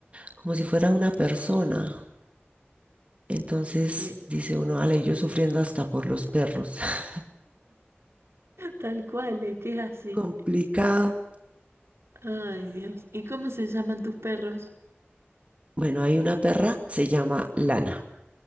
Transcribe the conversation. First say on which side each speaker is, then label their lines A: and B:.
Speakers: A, on the right; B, on the right.
A: como si fuera una persona. Entonces
B: Sí,
A: dice uno, ale, yo sufriendo hasta por los perros. <laughs>
B: Tal cual, es que es así.
A: Complicado.
B: Ay, Dios. ¿Y cómo se llaman tus perros?
A: Bueno, hay una perra, se llama Lana.